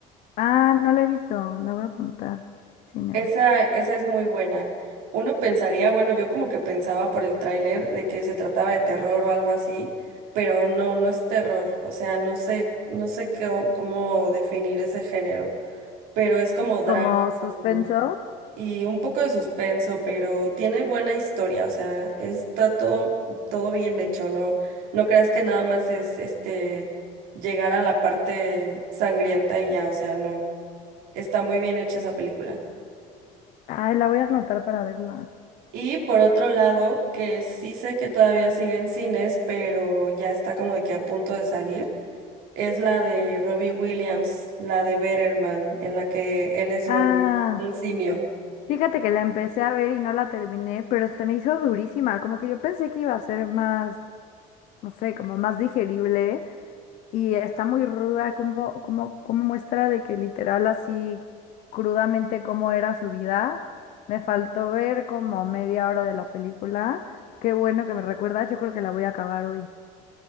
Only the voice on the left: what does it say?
Ah, no la he visto. La voy a apuntar. Sinners.
Como suspenso.
Ay, la voy a anotar para verla.
Ah.
Fíjate que la empecé a ver y no la terminé, pero se me hizo durísima, como que yo pensé que iba a ser más, no sé, como más digerible y está muy ruda, como, como, como muestra de que literal así crudamente cómo era su vida. Me faltó ver como media hora de la película. Qué bueno que me recuerdas, yo creo que la voy a acabar hoy.